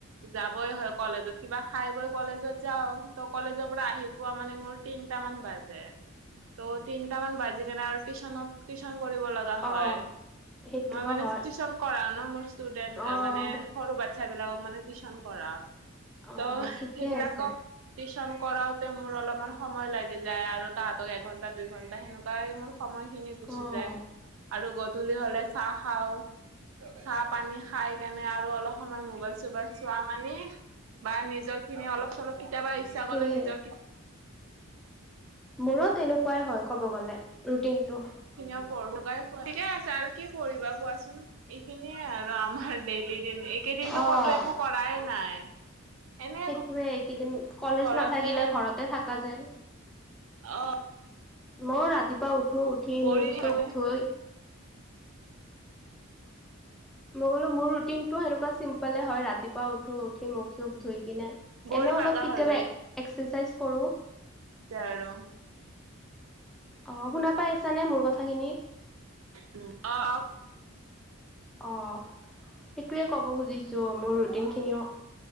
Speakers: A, on the right; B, in the centre.
A: যাবই হয় কলেজত কিবা খাই বই কলেজত যাও ত কলেজৰ পৰা আহি পোৱা মানে মোৰ তিনটা মান বাজে ত' তিনটামান বাজি কেনে আৰু টিউচনত টিউচন কৰিব লগা
B: অ'
A: হয়
B: সেইটোও
A: মই মানে
B: হয়
A: টিউচন কৰাও ন মোৰ ষ্টুডেন্ট
B: অ'
A: মানে সৰু বাচ্ছা বিলাকক মানে টিউচন কৰাও
B: অ'
A: ত'
B: ঠিকে
A: সেইবিলাকক
B: আছে
A: টিউচন কৰাওতে মোৰ অলপমান সময় লাগি যায় আৰু তাহাঁতক এঘন্টা দুই ঘন্টা সেনেকুৱাই মোৰ সময় খিনি গুচি
B: অ' উম
A: যায় আৰু গধূলি হলে চাহ খাও চাহ পানী খাই সেইকাৰণে আৰু অলপ সময় মোবাইল চোবাইল চোৱা মানে বা নিজৰ খিনি অলপ চলপ কেতিয়াবা ইচ্ছা
B: সেয়ে
A: কৰিলে নিজৰ
B: মোৰো তেনেকুৱাই হয় ক'ব গ'লে ৰুটিন টো
A: নিজৰখিনিও পঢ়ো ঠিকে আছে আৰু কি কৰিবা কোৱাচোন এইখিনিয়ে আৰু আমাৰ ডেইলি দিন এইকেইদিনতো
B: অ'
A: কতো একো কৰাই নাই এনে
B: সেইটোয়ে এইকেইদিন কলেজ
A: ঘৰতে
B: নাথাকিলে ঘৰতে থকা যায়
A: অ
B: মই ৰাতিপুৱা উঠো উঠি
A: বৰিং
B: মুখ চুখ
A: উম
B: ধুই মই ক'লো মোৰ ৰুটিনটো সেনেকুৱা চিম্পলে হয় ৰাতিপুৱা উঠো উঠি মুখ চুখ ধুই কিনে
A: বৰিং
B: এনেও অলপ
A: লগা
B: কেতিয়াবা
A: হৈ
B: এক্সাৰচাইজ কৰো
A: যাই আৰু
B: অ শুনা পাই আছানে মোৰ কথাখিনি
A: উম অ অ
B: অ সেইটোয়ে ক'ব খুজিছো মোৰ ৰুটিনখিনিও